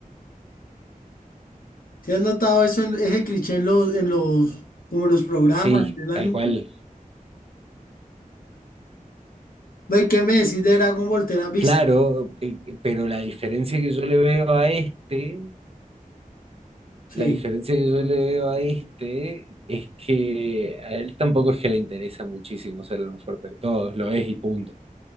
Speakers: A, on the left (about 85°); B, on the right (about 45°).
A: ¿Sí has notado eso en- ese cliché en los, en los, como en los programas,
B: sí,
A: en el
B: tal
A: anime?
B: cual.
A: Ve, ¿Qué me decís de Dragon Ball? ¿Te la has visto?
B: Claro, eh, eh, pero la diferencia que yo le veo a este,
A: Sí,
B: la diferencia que yo le veo a este es que a él tampoco es que le interesa muchísimo ser el más fuerte de todos, lo es y punto.